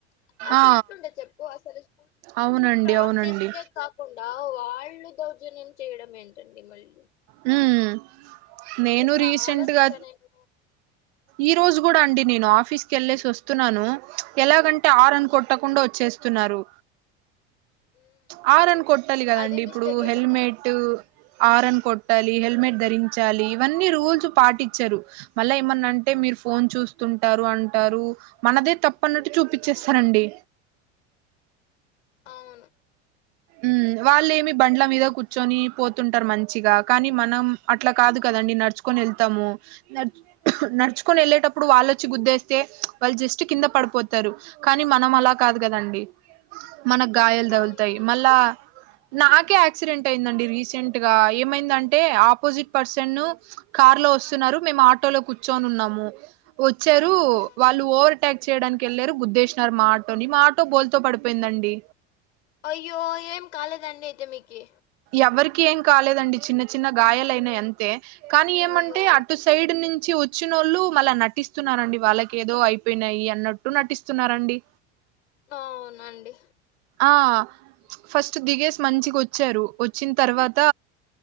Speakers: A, on the left; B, on the right.
A: అట్లు
B: ఆ
A: ఎట్లుంటది చెప్పు అసలు స్కూ వచ్చి
B: అవునండి
A: రాంగ్
B: అవునండి
A: చేసిందే కాకుండా వాళ్ళు కో జూనియం చేయడం ఎందుకు రండి మల్లి
B: హ్మ్ నేను
A: చాలా
B: రీసెంట్గా
A: చూసా నేను
B: ఈ రోజు కూడా అండి నేను ఆఫీస్ కే వెళ్ళసి వస్తున్నాను ఎలాగం హారన్ కొట్టకుండా వచ్చేసు తున్నారు
A: ఉమ్
B: హారన్
A: అవును
B: కొట్టాలి కదండి
A: అది మిస్టేకే
B: ఇప్పుడు హెల్మెట్
A: కదా
B: హారన్ కోట్ టాలి హెల్మెట్ ధరించాలి ఇవన్నీ రూల్స్ పాటించరు మళ్ళా ఏమన్నాంటే మీరు ఫోన్ చూస్తుంటారు అంటారు మనదే తప్పు పన్నట్టు
A: ఆ
B: చూపించేస్తారండి
A: అవును
B: ఉ వాళ్ళేమి బండ్ల మీద కూర్చొని పోతుంటారు మంచిగా కానీ మనం అట్లా కాదు కదండి నడుచుకొని ఎళ్తాము న నడుచుకొని ఎళ్ళేటప్పుడు వాళ్ళొచ్చి గుద్దేస్తే వాళ్ళు జస్ట్ కింద పడిపోతారు కానీ మనం అలా కాదు కదండి మన గాయాలు తగులుతాయి
A: అవునవునండి
B: మళ్ళా నాకే యాక్సిడెంట్ అయిందండి రీసెంట్ గా ఏమైందంటే ఆపోజిట్ పర్సన్ కార్ లో వస్తున్నారు మేము ఆటోలో కూర్చొని ఉన్నాము వచ్చారు
A: ఆ
B: వాళ్ళు ఓర్ అటాక్ చేయడానికి వెళ్ళారు గుద్దేసినారు మా ఆటోని మా ఆటో బోల్తో పడిపోయిందండి
A: అయ్యో ఏం కాలేదండి అయితే మీకి
B: ఎవరికి ఏం కాలేదండి చిన్న చిన్న గాయాలయినా అంతే కానీ ఏమంటే
A: అయ్యో
B: అటు సైడ్ నిన్ నుచి వచ్చినోళ్ళు మళ్ళీ నటిస్తున్నారండి వాళ్ళకి ఏదో అయిపోయినాయి అన్నట్టు నటిస్తున్నారండి
A: అవునండి
B: ఆ ఫస్ట్ దిగేస మంచిగా ఓచ్చారు ఓచ్చిన తర్వాత